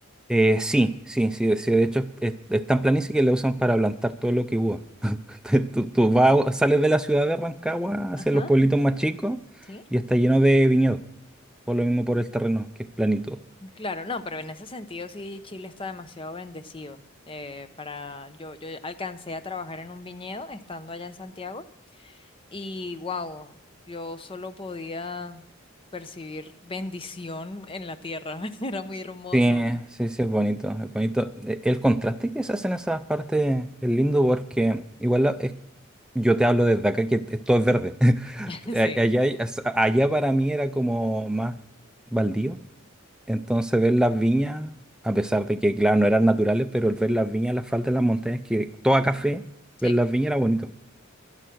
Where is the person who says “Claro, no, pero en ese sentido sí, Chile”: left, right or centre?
Left